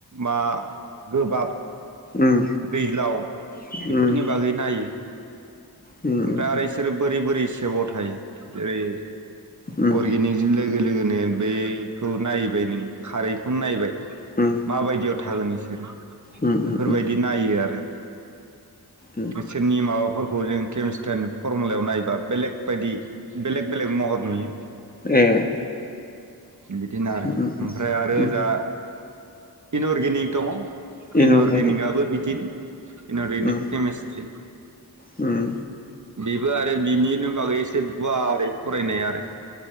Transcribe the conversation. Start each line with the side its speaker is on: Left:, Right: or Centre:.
Right: मा गोबाब
Left: उम
Right: दैज्लाव
Left: उम
Right: बेफोरनि बागै नायो।
Left: उम
Right: ओमफ्राय आरो इसोरो बोरै बोरै गोबाव थायो जेरै
Left: उम
Right: अर्गेनिकजों <unintelligible> लोगोनो बेखौ नायोबाय नो खारैखौनो नायबाय।
Left: उम
Right: माबायदियाव थागोन इसोरो
Left: उम
Right: बेफोरबायदि
Left: उम
Right: नायो आरो।
Left: उम
Right: बिसोरनि माबाफोर खौ जों केमिस्ट्रिनि फरमुलायाव नायबा बेलेग बायदि बेलेग बेलेग महर नुयो।
Left: ए
Right: बिदिनो आरो
Left: उम
Right: ओमफ्राय आरो
Left: उम
Right: जा इन अरगेनिग दङ।
Left: इनअर्गेनिक
Right: इन अर्गेनिकआबो बिदिनो। इन'रगेनिक
Left: उम
Right: केमिस्ट्रि।
Left: उम।
Right: बेबो आरो बिनिनो बागै एसे गुवारै फरायनाय आरो।